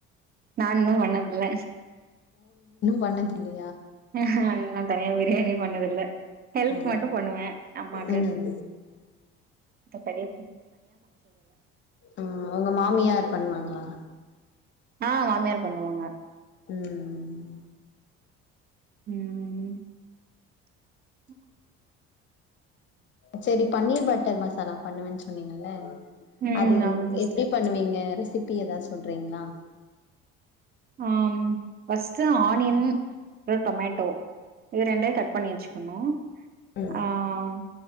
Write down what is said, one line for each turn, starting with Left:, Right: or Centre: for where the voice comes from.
Right: நா இன்னு பண்ணதுல்ல
Left: பண்ணதில்ல
Right: ஹ நா தனியா <unintelligible> பிரியாணி பண்ணதுல்ல ஹெல்ப்
Left: ஓ
Right: மட்டும் பண்ணுவேன் அம்மாக்கு
Left: ம்
Right: பெரிய
Left: ஆஹ் உங்க மாமியயார் பண்ணுவாங்களா
Right: ஆஹ் மாமியார் பண்ணுவாங்க
Left: உம் ம்
Right: உம் ம்
Left: செரி பன்னீர் பட்டர் மசாலா பண்ணுவன் சொன்னீங்கல்ல
Right: ம்
Left: அது
Right: ஆமா சிஸ்டர்
Left: எப்டி பண்ணுவீங்க சிப்பி எதாத் சொல்றீங்ளா
Right: ஆஹ்ம் ஃபஸ்ட்டு ஆனியன் அப்றோ டொமேட்டோ இது ரெண்டயு கட் பண்ணி வெச்சுக்கணு
Left: ம்
Right: ஆஹ்